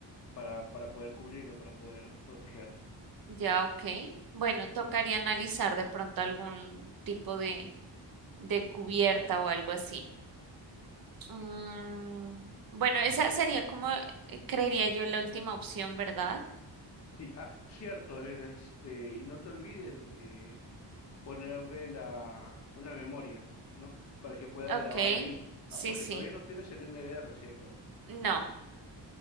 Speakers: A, on the left (about 40°); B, on the right (about 50°).
A: para, para poder cubrirlo, para poder protegerlo.
B: Ya, ok. Bueno, tocaría analizar de pronto algún tipo de, de cubierta o algo así. Mm, bueno, esa sería como, eh, creería yo, la última opción, ¿verdad?
A: Sí, ah, cierto, este, y no te olvides de ponerle la, una memoria, ¿no? Para que pueda
B: Ok,
A: grabar ahí.
B: sí,
A: Ah, Porque
B: sí.
A: todavía no tienes el NVR, ¿cierto?
B: No,